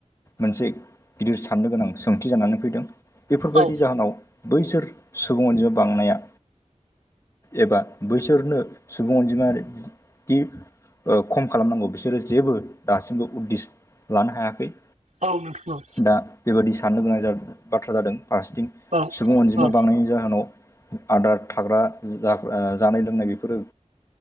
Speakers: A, on the left; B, on the right.
A: मोनसे गिदिर साननो गोनां सोंथि जानानै फैदों। बेफोरबायदि
B: औ
A: जाहोनाव बैसोर सुबुं अनजिमा बांनाया एबा बैसोरनो सुबुं अनजिमा खि ओ खम खालामनांगौ बिसोरो जेबो दासिमबो उददिस लानो हायाखै।
B: औ नोंथां
A: दा बेबादि साननो गोनां जा बाथ्रा जादों फारसेथिं
B: औ
A: सुबुं अनजिमा
B: औ
A: बांनायनि जाहोनाव आदार थाग्रा जा ओ जाग्रा जानाय लोंनाय बेफोरो